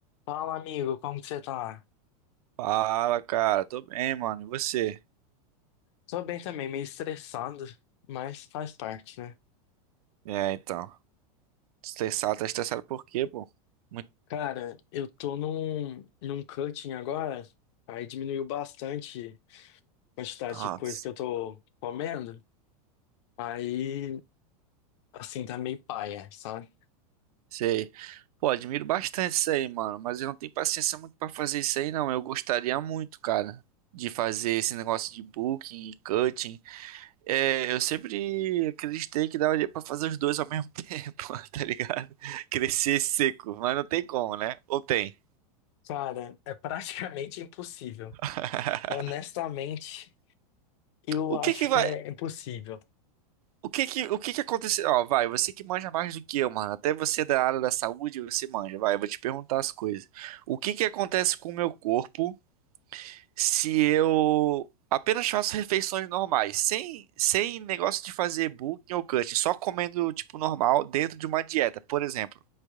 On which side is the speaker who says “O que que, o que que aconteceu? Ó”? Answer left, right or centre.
Right